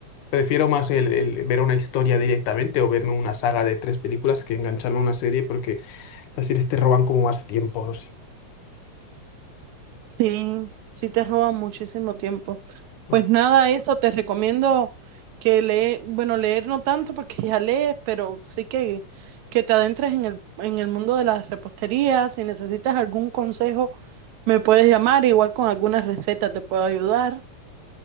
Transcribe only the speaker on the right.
Sí, sí te roba muchísimo tiempo.
Pues nada, eso te recomiendo que leer, bueno, leer no tanto porque <laughs> ya lees, pero sí que, que te adentres en el, en el mundo de las reposterías. Si necesitas algún consejo, me puedes llamar, igual con algunas recetas te puedo ayudar.